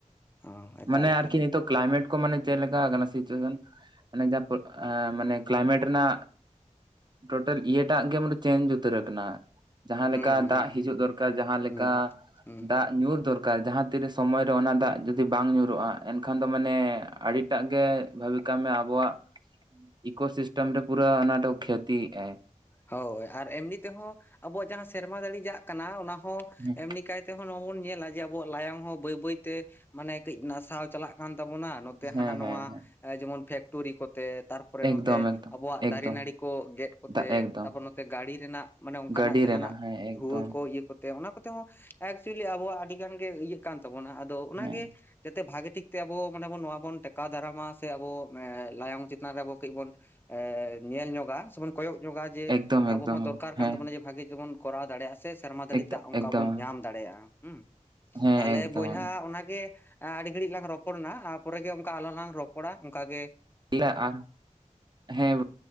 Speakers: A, on the left; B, on the right.
A: ᱚ ᱮᱠᱟᱞ
B: ᱢᱟᱱᱮ
A: ᱮᱠᱟᱞ
B: ᱟᱨᱠᱤ ᱱᱤᱛᱚᱜ
A: ᱮᱠᱟᱞ
B: ᱠᱞᱟᱭᱢᱮᱴᱼᱼ ᱠᱚ ᱢᱟᱱᱮ ᱪᱮᱫ ᱞᱮᱠᱟ ᱠᱟᱱᱟ ᱥᱤᱪᱩᱭᱮᱥᱚᱱ ᱢᱟᱱᱮ ᱡᱟ ᱢᱟᱱᱮ ᱠᱞᱟᱭᱢᱮᱴ ᱨᱮᱱᱟᱜ ᱴᱳᱴᱟᱞ ᱤᱭᱟᱹᱴᱟᱜ ᱜᱮ ᱢᱟᱱᱮ ᱪᱮᱧᱡᱽ ᱩᱛᱟᱹᱨ ᱟᱠᱟᱱᱟ <unintelligible>
A: ᱦᱩᱸ
B: ᱞᱮᱠᱟ ᱫᱟᱜ
A: ᱦᱩᱸ ᱦᱩᱸ
B: ᱦᱤᱡᱩᱜ ᱫᱚᱨᱠᱟᱨ
A: ᱦᱩᱸ
B: ᱡᱟᱦᱟᱸ ᱞᱮᱠᱟ
A: ᱦᱩᱸ ᱦᱩᱸ
B: ᱫᱟᱜ ᱧᱩᱨ ᱫᱚᱨᱼᱼ ᱠᱟᱨ ᱡᱟᱦᱟᱸ ᱛᱤᱨᱮ ᱥᱚᱢᱚᱭ ᱨᱮ ᱚᱱᱟ ᱫᱟᱜ ᱡᱩᱫᱤ ᱵᱟᱝ ᱧᱩᱨᱩᱜᱼᱟ ᱮᱱᱠᱷᱟᱱ ᱫᱚ ᱢᱟᱱᱮ ᱟᱹᱰᱤᱼᱼ ᱮᱴᱟᱜ ᱜᱮ ᱵᱷᱟᱵᱤ ᱠᱟᱜ ᱢᱮ ᱟᱵᱚᱣᱟᱜ ᱤᱠᱳ ᱥᱤᱥᱴᱮᱢ ᱨᱮ ᱯᱩᱨᱟᱹ ᱚᱱᱟ ᱫᱚ ᱠᱷᱮᱛᱤ ᱮ ᱟᱭ
A: ᱦᱳᱭ ᱟᱨ ᱮᱢᱱᱤ ᱛᱮᱦᱚᱸ ᱟᱵᱚᱣᱟᱜ ᱡᱟᱦᱟᱸ ᱥᱮᱨᱢᱟ ᱫᱟᱲᱤ ᱡᱟᱜ ᱠᱟᱱᱟ ᱚᱱᱟ ᱦᱚᱸ
B: ᱦᱮᱸ
A: ᱮᱢᱱᱤ ᱠᱟᱭ ᱛᱮ ᱦᱚᱸ ᱱᱚᱣᱟ ᱵᱚᱱ ᱧᱮᱞᱟ ᱡᱮ ᱟᱵᱚᱣᱟᱜ ᱞᱟᱭᱚᱝ ᱦᱚᱸ ᱵᱟᱹᱭ ᱵᱟᱹᱭ ᱛᱮ ᱢᱟᱱᱮ ᱠᱟᱹᱡ ᱱᱟᱥᱟᱣ ᱪᱟᱞᱟᱜ ᱠᱟᱱ ᱛᱟᱵᱚᱱᱟ ᱱᱚᱛᱮ
B: ᱦᱮᱸ
A: ᱦᱟᱱᱟ ᱱᱚᱣᱟ
B: ᱦᱮᱸ
A: ᱡᱮᱢᱚᱱ ᱯᱷᱮᱠᱴᱚᱨᱤ ᱠᱚᱛᱮ <unintelligible> ᱛᱟᱯᱚᱨᱮ
B: ᱮᱠᱫᱚᱢ
A: ᱱᱚᱛᱮ
B: ᱮᱠᱫᱚᱢ
A: ᱟᱵᱚᱣᱟᱜ
B: ᱮᱠᱫᱚᱢ
A: ᱫᱟᱨᱮ ᱱᱟᱹᱲᱤ ᱠᱚ ᱜᱮᱫ ᱠᱚᱛᱮ
B: ᱫᱟᱜ ᱮᱠᱫᱚᱢ
A: ᱛᱟᱯᱚᱨ ᱱᱚᱛᱮ ᱜᱟᱹᱲᱤ ᱨᱮᱱᱟᱜ ᱢᱟᱱᱮ ᱚᱱᱠᱟᱱᱟᱜ
B: ᱜᱟᱹᱰᱤ
A: ᱡᱟᱦᱱᱟᱜ
B: ᱨᱮᱱᱟᱜ ᱦᱮᱸ ᱮᱠᱫᱚᱢ
A: ᱫᱷᱩᱣᱟᱹ ᱠᱚ ᱤᱭᱟᱹ ᱠᱚᱛᱮ ᱚᱱᱟ ᱠᱚᱛᱮ ᱦᱚᱸ ᱮᱠᱪᱩᱭᱮᱞᱤ ᱟᱵᱚᱣᱟᱜ ᱟᱹᱰᱤ ᱜᱟᱱ ᱜᱮ ᱤᱭᱟᱹᱜ ᱠᱟᱱ ᱛᱟᱵᱚᱱᱟ ᱟᱫᱚ ᱚᱱᱟ
B: ᱦᱮᱸ
A: ᱜᱮᱼᱼ ᱡᱟᱛᱮ ᱵᱷᱟᱜᱤ ᱴᱷᱤᱠ ᱛᱮ ᱟᱵᱚ ᱢᱟᱱᱮ ᱱᱚᱣᱟ ᱵᱚᱱ ᱴᱮᱠᱟᱣ ᱫᱟᱨᱟᱢᱟ ᱥᱮ ᱟᱵᱚ ᱞᱟᱭᱚᱝ ᱪᱮᱛᱟᱱ ᱨᱮ ᱠᱟᱹᱡ ᱵᱚᱱᱼᱼ ᱮ ᱧᱮᱞ ᱧᱚᱜᱟ ᱥᱮ ᱵᱚᱱ ᱠᱚᱭᱚᱜ ᱧᱚᱜ -ᱟ <unintelligible>
B: ᱮᱠᱫᱚᱢ
A: ᱟᱵᱚ
B: ᱮᱠᱫᱚᱢ
A: ᱦᱚᱸ ᱫᱚᱨᱠᱟᱨ ᱠᱟᱱ
B: ᱦᱮᱸ
A: ᱛᱟᱵᱚᱱᱟ ᱡᱮ ᱵᱷᱟᱜᱮ ᱛᱮᱵᱚᱱ ᱠᱚᱨᱟᱣ ᱫᱟᱲᱮᱭᱟᱜᱼᱟ ᱥᱮᱨᱢᱟ ᱡᱟᱲᱤ
B: ᱮᱠᱫᱚᱢ
A: ᱫᱟᱜ ᱚᱱᱠᱟ
B: ᱮᱠᱫᱚᱢ
A: ᱵᱚᱱ ᱧᱟᱢ ᱫᱟᱲᱮᱭᱟᱜᱼᱟ ᱦᱩᱸ
B: ᱦᱮᱸ
A: ᱛᱟᱦᱞᱮ
B: ᱮᱠᱫᱚᱢ
A: ᱵᱚᱭᱦᱟ ᱚᱱᱟ ᱜᱮᱼᱼ ᱟᱹᱰᱤ ᱜᱷᱟᱹᱲᱤᱡ ᱞᱟᱝ ᱨᱚᱯᱚᱲᱱᱟ ᱟᱨ ᱯᱚᱨᱮ ᱜᱮ ᱚᱱᱠᱟ ᱟᱞᱟᱝ ᱞᱟᱝ ᱨᱚᱯᱚᱲᱟ ᱚᱱᱠᱟ ᱜᱮᱼᱼ
B: <unintelligible> ᱟᱨ ᱦᱮᱸ